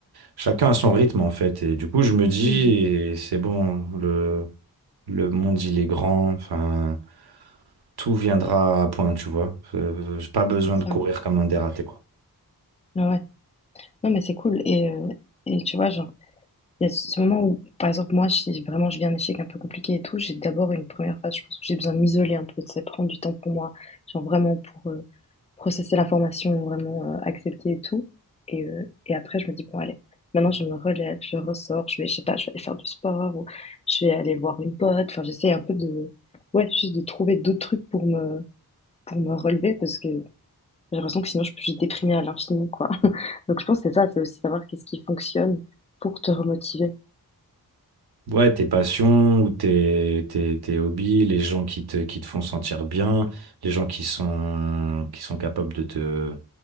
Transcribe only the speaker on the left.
Mhm.
C'est ça.
Ouais. ouais. Non, mais c'est cool. Et, euh, et tu vois, genre, Il y a ce moment où, par exemple, moi, si vraiment je viens un échec un peu compliqué et tout, j'ai d'abord une première phase, je pense, où j'ai besoin de m'isoler un peu, de ça prendre du temps pour moi, genre vraiment pour euh, processer l'information, vraiment euh, accepter et tout. Et, euh, et après, je me dis, bon, allez, maintenant je me relève, je ressors, je vais, je sais pas, je vais aller faire du sport ou je vais aller voir une pote. Enfin, j'essaie un peu de, ouais, juste de trouver d'autres trucs pour me, pour me relever parce que j'ai l'impression que sinon je peux juste déprimer à l'infini, quoi. <laughs> Donc, je pense que c'est ça, c'est aussi savoir qu'est-ce qui fonctionne pour te remotiver.